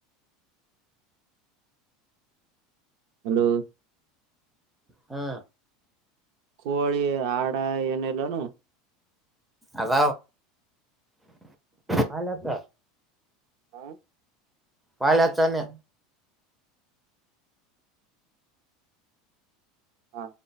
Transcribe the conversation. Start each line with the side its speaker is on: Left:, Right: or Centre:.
Right: ಹಲೋ
Centre: ಹೂ
Right: ಕೋಳಿ ಆಡ ಏನಲ್ಲೋನು
Centre: ಅದ ಹಾಲತ
Right: ಹಾ
Centre: ಪಾಳ ಹಚ್ಚ ಅಂದೆ
Right: ಹಾ